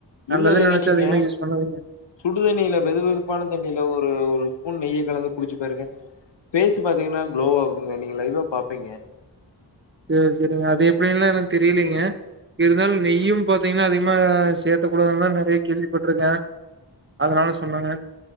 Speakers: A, on the right; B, on the left.
A: நல்லதுன்னு
B: இல்ல இல்லங்க
A: நெனச்சு
B: நீங்க
A: அதிகமா யூஸ் பண்ணாதீங்க
B: சுடுதண்ணில வெது வெதுப்பான தண்ணில ஒரு ஒரு ஸ்பூன் நெய்ய கலந்து குடிச்சி பாருங்க ஃபேஸு பாத்தீங்னா குளோவாகுங்க நீங்க லைவா பாப்பீங்க
A: சேரி செரிங்க அது எப்டின்லா எனக்கு தெரிலீங்க இருந்தாலு நெய்யும் பாத்தீங்னா அதிகமா சேத்தக் கூடாதுல்லா நெறைய கேள்விப்பட்ருக்கே அதனால சொன்னங்க